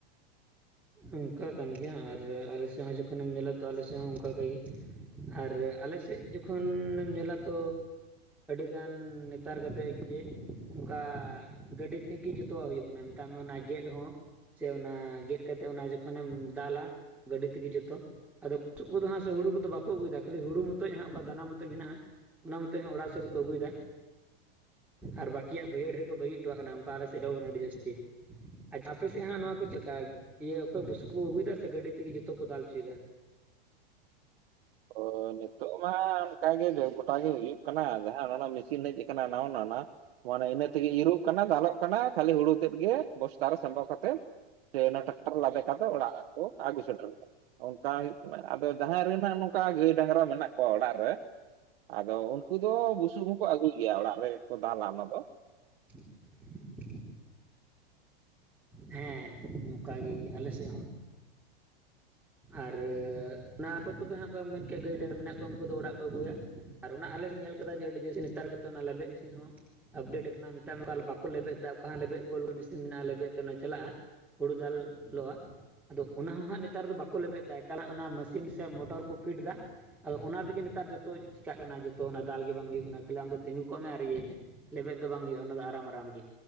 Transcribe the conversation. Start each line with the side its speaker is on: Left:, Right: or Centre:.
Centre: ᱚᱱᱠᱟ ᱠᱟᱱ ᱜᱮᱭᱟ ᱟᱨ ᱟᱞᱮ ᱥᱮᱫ ᱦᱚᱸ ᱡᱚᱠᱷᱚᱱᱮᱢ ᱧᱮᱞᱟ ᱛᱚ ᱟᱞᱮ ᱥᱮᱫ ᱦᱚᱸ ᱚᱱᱠᱟᱠᱟᱭᱜᱮ ᱟᱨ ᱟᱞᱮ ᱥᱮᱫ ᱡᱚᱠᱷᱚᱱᱮᱢ ᱧᱮᱞᱟ ᱛᱚ ᱟᱹᱰᱤ ᱜᱟᱱ ᱱᱮᱛᱟᱨ ᱠᱟᱛᱮᱫ ᱡᱮ ᱚᱱᱠᱟ ᱜᱟᱹᱰᱤ ᱛᱮᱜᱮ ᱡᱚᱛᱚᱣᱟᱜ ᱦᱩᱭᱩᱜ ᱠᱟᱱᱟ ᱢᱮᱛᱟᱜ ᱢᱮ ᱚᱱᱟ ᱜᱮᱫ ᱦᱚᱸ ᱥᱮ ᱚᱱᱟ ᱜᱮᱫ ᱠᱟᱛᱮ ᱚᱱᱟ ᱡᱚᱠᱷᱚᱱᱮᱢ ᱫᱟᱞᱟ ᱜᱟᱹᱰᱤ ᱛᱮᱜᱮ ᱡᱚᱛᱚ ᱟᱫᱚ ᱪᱩᱠᱩ ᱫᱚᱱᱷᱟᱜ ᱥᱮ ᱦᱩᱲᱩ ᱠᱚᱫᱚ ᱵᱟᱠᱚ ᱟᱹᱜᱩᱭᱮᱫᱟ ᱠᱷᱟᱹᱞᱤ ᱦᱩᱲᱩ ᱢᱚᱛᱚᱡ ᱦᱟᱸᱜ ᱚᱠᱟ ᱫᱟᱱᱟ ᱢᱚᱛᱚᱡ ᱢᱮᱱᱟᱜᱼᱟ ᱚᱱᱟ ᱢᱚᱛᱮ ᱦᱚᱸ ᱚᱲᱟᱜ ᱥᱮᱫ ᱫᱚ ᱠᱚ ᱟᱹᱜᱩᱭᱮᱫᱟ ᱟᱨ ᱵᱟᱠᱤᱭᱟᱜ ᱵᱟᱹᱭᱦᱟᱹᱲ ᱨᱮ ᱠᱚ ᱵᱟᱹᱜᱤ ᱦᱚᱴᱚ ᱣᱟᱜ ᱠᱟᱱᱟ ᱚᱱᱠᱟ ᱟᱞᱮ ᱥᱮᱫ ᱩᱱ ᱟᱹᱰᱤ ᱡᱟᱹᱥᱛᱤ ᱟᱪᱪᱷᱟ ᱟᱯᱮ ᱥᱮᱜ ᱦᱟᱸᱜ ᱱᱚᱣᱟ ᱠᱚ ᱪᱮᱫ ᱞᱮᱠᱟ ᱤᱭᱟᱹ ᱚᱠᱚᱭ ᱵᱩᱥᱩᱵ ᱠᱚ ᱟᱹᱜᱩᱭᱮᱫᱟ ᱥᱮ ᱜᱟᱹᱰᱤ ᱛᱮᱜᱮ ᱡᱚᱛᱚ ᱠᱚ ᱫᱟᱞ ᱚᱪᱚᱭᱮᱫᱟ?
Right: ᱚ ᱱᱤᱛᱳ ᱢᱟ ᱚᱱᱠᱟᱜᱮ ᱜᱚᱴᱟ ᱜᱮ ᱦᱩᱭᱩᱜ ᱠᱟᱱᱟ ᱡᱟᱦᱟᱸ ᱚᱱ ᱚᱱᱟ ᱢᱮᱥᱤᱱ ᱦᱮᱸᱡ ᱟᱠᱟᱱᱟ ᱱᱟᱣᱟ ᱱᱷᱟᱜ ᱱᱟᱜ ᱢᱟᱱᱮ ᱤᱱᱟᱹ ᱛᱮᱜᱮ ᱤᱨᱚᱜ ᱠᱟᱱᱟ ᱫᱟᱞᱚᱜ ᱠᱟᱱᱟ ᱠᱷᱟᱹᱞᱤ ᱦᱩᱲᱩ ᱛᱮᱫ ᱜᱮ ᱵᱚᱥᱛᱟ ᱨᱮ ᱥᱟᱸᱵᱟᱣ ᱠᱟᱛᱮᱫ ᱦᱮᱸ ᱴᱟᱠᱴᱟᱨ ᱞᱟᱫᱮ ᱠᱟᱛᱮ ᱚᱲᱟᱜ ᱠᱚ ᱟᱹᱜᱩ ᱥᱮᱴᱮᱨᱼᱟ ᱚᱱᱠᱟ ᱦᱩᱭᱩᱜ ᱠᱟᱱᱟ ᱟᱫᱚ ᱡᱟᱦᱟᱸᱭ ᱨᱮ ᱦᱟᱸᱜ ᱱᱚᱝᱠᱟ ᱜᱟᱹᱭ ᱰᱟᱝᱨᱟ ᱢᱮᱱᱟᱜ ᱠᱚᱣᱟ ᱚᱲᱟᱜ ᱨᱮ ᱟᱫᱚ ᱩᱱᱠᱩ ᱫᱚ ᱵᱩᱥᱩᱵ ᱦᱚᱸᱠᱚ ᱟᱹᱜᱩ ᱜᱮᱭᱟ ᱚᱲᱟᱜ ᱨᱮᱠᱚ ᱫᱟᱞᱟ ᱚᱱᱟ ᱫᱚ
Centre: <inaudible> ᱦᱮᱸ ᱚᱝᱠᱟ ᱜᱮ ᱟᱞᱮ ᱥᱮᱫ ᱦᱚᱸ ᱟᱨ ᱚᱱᱟ ᱚᱠᱚᱭ ᱠᱚᱫᱚ ᱦᱟᱸᱜ ᱠᱚ ᱢᱮᱱ ᱠᱮᱜᱼᱟ ᱜᱟᱹᱭ ᱰᱟᱝᱨᱤ ᱦᱮᱱᱟᱜ ᱠᱚᱣᱟ ᱩᱱᱠᱩ ᱫᱚ ᱚᱲᱟᱜ ᱠᱚ ᱟᱹᱜᱩᱭᱟ ᱟᱨ ᱚᱱᱟ ᱟᱞᱮ ᱞᱮ ᱧᱮᱞ ᱠᱟᱫᱟ ᱡᱮ ᱟᱹᱰᱤ ᱡᱟᱹᱥᱛᱤ ᱱᱤᱛ ᱱᱮᱛᱟᱨ ᱜᱮᱛᱚ ᱚᱱᱟ ᱞᱮᱵᱮᱫ ᱢᱮᱥᱤᱱ ᱦᱚᱸ ᱟᱯᱰᱮᱴ ᱟᱠᱟᱱᱟ ᱢᱮᱛ ᱢᱮ ᱵᱟᱠᱚ ᱞᱮᱵᱮᱫᱟ ᱚᱠᱟ ᱞᱮᱵᱮᱫ ᱜᱳᱞ ᱢᱮᱥᱤᱱ ᱢᱮᱱᱟᱜᱼᱟ ᱞᱮᱵᱮᱫ ᱛᱮ ᱚᱱᱟ ᱪᱟᱞᱟᱜᱼᱟ ᱦᱩᱲᱩ ᱫᱟᱞᱚᱜᱼᱟ ᱟᱫᱚ ᱚᱱᱟᱦᱚ ᱦᱟᱸᱜ ᱱᱤᱛ ᱱᱮᱛᱟᱨ ᱫᱚ ᱵᱟᱠᱚ ᱞᱮᱵᱮᱫ ᱮᱟ ᱮᱠᱟᱞ ᱚᱱᱟ ᱢᱮᱥᱤᱱ ᱥᱮ ᱢᱚᱴᱚᱨ ᱠᱚ ᱯᱷᱤᱴ ᱮᱫᱟ ᱟᱫᱚ ᱚᱱᱟ ᱛᱮᱜᱮ ᱱᱮᱛᱟᱨ ᱡᱚᱛᱚ ᱪᱤᱠᱟᱹᱜ ᱠᱟᱱᱟ ᱡᱚᱛᱚ ᱚᱱᱟ ᱫᱟᱞ ᱜᱮ ᱵᱟᱝ ᱦᱩᱭᱩᱜ ᱠᱟᱱᱟ ᱠᱷᱟᱹᱞᱤ ᱟᱢ ᱫᱚ ᱛᱤᱸᱜᱩ ᱠᱚᱜ ᱢᱮ ᱟᱨ ᱤᱭᱟᱹᱭ ᱢᱮ ᱞᱮᱵᱮᱫ ᱫᱚ ᱵᱟᱝ ᱦᱩᱭᱩᱜᱼᱟ ᱚᱱᱟ ᱫᱚ ᱟᱨᱟᱢ ᱟᱨᱟᱢ ᱜᱮ